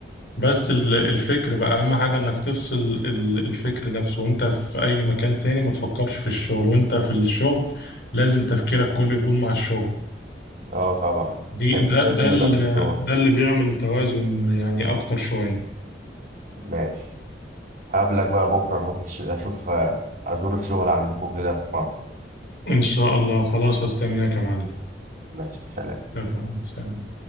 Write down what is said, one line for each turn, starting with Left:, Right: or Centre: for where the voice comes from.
Left: بس ال- الفكر بقى اهم حاجة انك تفصل ال- الفكر نفسه وانت في اي مكان تاني ما تفكرش في الشغل وانت في الشغل لازم تفكيرك كله يكون مع الشغل
Right: اه طبعا
Left: دي
Right: التركيز
Left: ده
Right: لازم
Left: ده ال-
Right: يبقى في الشغل
Left: ده اللي بيعمل توازن يعني اكتر شوية
Right: ماشي هقابلك بقى بكرة نروح الش- أشوف آه، أزور الشغل عندكم كده في مصر
Left: ان شاء الله خلاص هستناك يا معلم
Right: ماشي سلام
Left: لا، لا، سلام